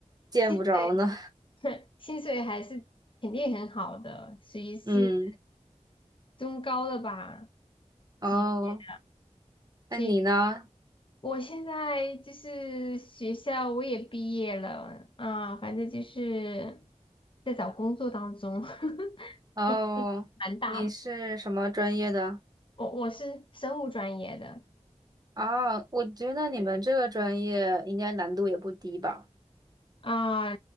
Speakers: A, on the right; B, on the left.
A: 见不着呢。
B: 薪水 <laughs> 薪水还是肯定很好的，属于是。
A: 嗯，
B: 中高的吧
A: 哦，
B: 级别，
A: 那你呢？
B: 所以我现在就是学校我也毕业了啊，反正就是在找工作当中，<laughs>
A: 哦，
B: 也蛮大的。
A: 你是什么专业的？
B: 我我是生物专业的
A: 啊，我觉得你们这个专业应该难度也不低吧？
B: 啊，